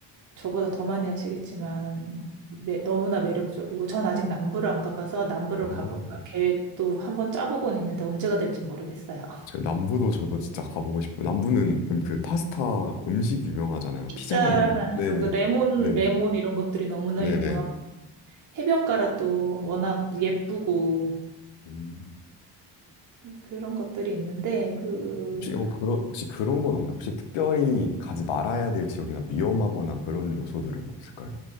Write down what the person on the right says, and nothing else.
저보다 더 많이 하시겠지만 매- 너무나 매력적이고 전 아직 남부를 안 가봐서 남부를
가볼까
계획도 한번 짜보곤 있는데 언제가 될지 모르겠어요. <laughs>
있잖나
그리고 레몬
레몬 이런 것들이 너무나
유명하고 해변가라 또 워낙 예쁘고
그런 것들이 있는데 그